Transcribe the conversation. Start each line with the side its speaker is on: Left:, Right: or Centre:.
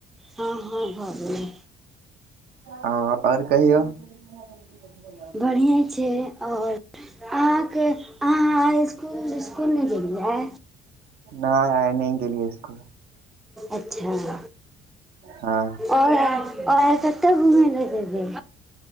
Centre: हँ हँ भऽ गेलै
Right: हँ आओर कहियौ <unintelligible>
Centre: बढ़िए छै आओर अहाँकेँ अहाँ आय इसकुल इसकुल नय गेलियै
Right: नहि आइ नहि गेलियै स्कुल
Centre: अच्छऽ
Right: हँ
Centre: आओर आय आओर आर केतऽ घुमय लऽ जेबै